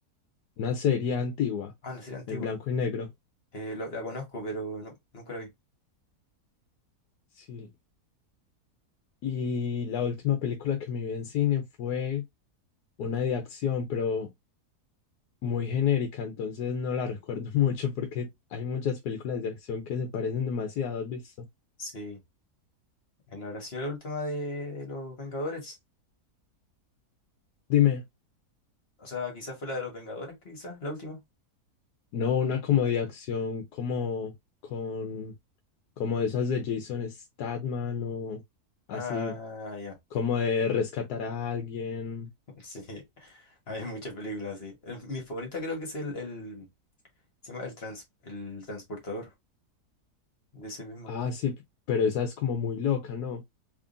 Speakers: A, on the left; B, on the left.
A: Una serie antigua,
B: Ah, una serie antigua.
A: en blanco y negro.
B: Eh, lo- la conozco, pero nu- nunca la vi.
A: Sí. Y la última película que me vi en cine fue una de acción, pero muy genérica, entonces no la recuerdo <laughs> mucho porque hay muchas películas de acción que se parecen demasiado, ¿has visto?
B: Sí. Eh, ¿No habrá sido la última de, de los Vengadores?
A: Dime,
B: O sea, quizás fue la de los Vengadores, quizás, la última.
A: no, una como de acción como con como esas de Jason Statham o
B: Ah,
A: así,
B: ya.
A: como de rescatar a alguien.
B: <laughs> Sí. Hay muchas películas así. El- Mi favorita creo que es el, el, se llama el, trans, el transportador. de ese mismo
A: Ah,
B: actor.
A: sí, pero esa es como muy loca, ¿no?